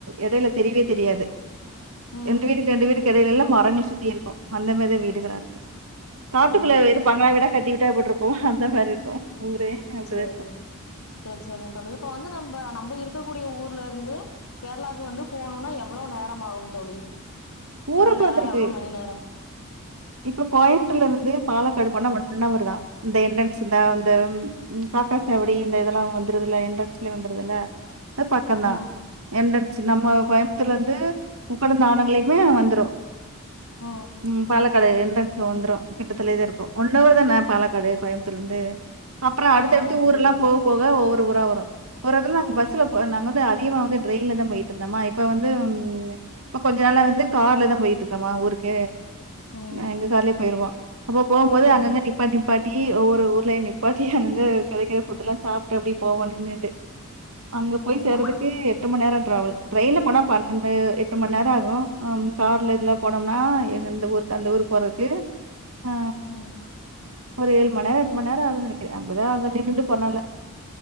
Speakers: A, on the right; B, on the left.
A: எடையில தெரியவே தெரியாது
B: ம்
A: ரெண்டு வீடுக்கு ரெண்டு வீடுகளுக் எடையில எல்லா மரங்கள் சுத்தி இருக்கு அந்த மேரிதா வீடுகளா இருக்கு காட்டுக்குள்ள
B: ஓ சேரி
A: வெறு
B: சேரி
A: பங்களா வீடா கட்டி விட்டா எட்டி இருக்கு அந்த மாரி இருக்கு ஊரே அப்படிதான்
B: செரி
A: இருக்கும்
B: செரி செரிங்க தோழி இப்ப வந்து நம்ம நம்ப இருக்கக்கூடிய ஊர்ல இருந்து கேரளாக்கு வந்து போணும்னா எவ்ளோ நேர ஆகு தோழி
A: ஊரை
B: எவ்ளோ
A: பொறுத்து
B: நேர
A: இருக்கு
B: எவ்ளோ மணி நேர
A: இப்ப கோயம்புத்தூர்ல இருந்து பாலக்காடு போனா ஒன்னவர் தா இந்த என்டன்சிதா இந்த காக்கஸ் அப்டி இந்த இதெல்லா வந்துருதுல என்ரன்ஸ்லே வந்துருதுல்ல அது பக்கந்தா
B: ம்
A: என்ரன்ஸ் நம்ம கோயமுத்தூர்ல இருந்து உக்கந்த ஆணங்கலையுமே வந்துரு
B: ஓ
A: ம் பாலக்காடு என்ட்ரன்ஸ்ல வந்துரு கிட்டத்துலேதா இருக்கு ஒன்னவர் தான பாலக்காடு கோயமுத்தர்ல இருந்து அப்புற அடுத்தடுத்த
B: ஆமாங்க
A: ஊர்
B: தோழி
A: எல்லா போக போக ஒவ்வொரு ஊரா வரு ஒரு எடத்துல நாங்க பஸ்ல
B: ம்
A: போ நாங்க வந்து திகமா வந்து டிரெயின்ல தா போயிட்டு இருந்தோமா இப்ப வந்து இப்ப கொஞ்ச நாளா வந்து கார்ல தா போயிட்ருக்கமா ஊருக்கு
B: ம்
A: எங்க கார்லயே போயிருவோ அப்ப போம்போது
B: ம்
A: அங்கங்க நிப்பாட்டி நிப்பாட்டி ஒவ்வொரு ஊர்ல நிப்பாட்டி அங்க கிடைக்கிற ஃபுட் எல்லா சாப்டு அப்டி போவோ நின்னுட்டு அங்க
B: ம்
A: போய் சேர்றதுக்கு எட்டு மணி நேரம் டிராவல் ட்ரெயின்ல போனா பன்னெண்டு எட்டு மணி நேர ஆகு கார்ல எல்லா போனோம்னா எந்தெந்த ஊரு அந்த ஊருக் போறதுக்கு அ
B: ம்
A: ஒரு ஏழு மணி நேம் எட்டு மணி நேம் ஆகு நினைக்கிற அப்பதா நின்னுட்டு போனாலு